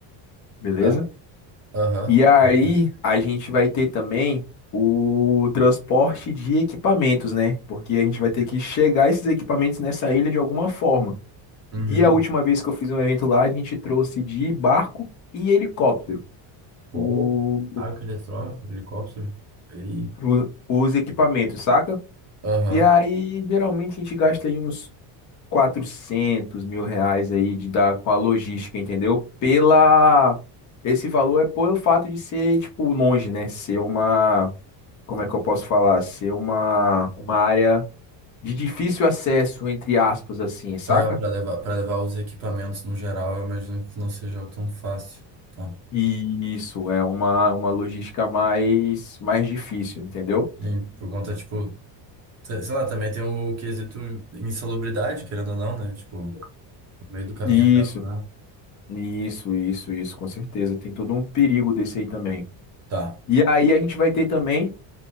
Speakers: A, on the left (about 40°); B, on the right (about 35°).
A: beleza?
B: Tá, aham.
A: E aí
B: Uhum.
A: a gente vai ter também o transporte de equipamentos, né? Porque a gente vai ter que chegar esses equipamentos nessa ilha de alguma forma.
B: Uhum.
A: E a última vez que eu fiz um evento lá, a gente trouxe de barco e helicóptero
B: Pô,
A: o,
B: arco eletró- helicóptero. Ei.
A: o- os equipamentos, saca?
B: Aham.
A: E aí, geralmente, a gente gasta aí uns quatrocentos mil reais aí de dar com a logística, entendeu? Pela... Esse valor é pelo fato de ser, tipo, longe, né? Ser uma... Como é que eu posso falar? Ser uma, uma área de difícil acesso, entre aspas, assim, saca?
B: Aham, pra levar, para levar os equipamentos no geral, eu imagino que não seja algo tão fácil. Tá.
A: E isso é uma, uma logística mais, mais difícil, entendeu?
B: E por conta, tipo, sei sei lá, também tem o quesito insalubridade, querendo ou não, né? Tipo, no meio do caminho
A: Isso.
B: até lá.
A: Isso, isso, isso, com certeza. Tem todo um perigo desse aí também.
B: Tá.
A: E aí a gente vai ter também